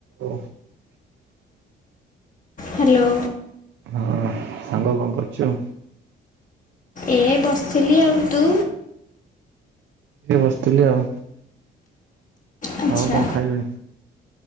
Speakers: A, on the right; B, on the left.
A: ଓ
B: hello.
A: ହଁ ସାଙ୍ଗ କଣ କରୁଛ?
B: ଏ ବସିଥିଲି ଆଉ ତୁ?
A: ବସିଥିଲି ଆଉ।
B: ଆଚ୍ଛା।
A: ଆଉ କଣ ଖାଇଲୁଣି?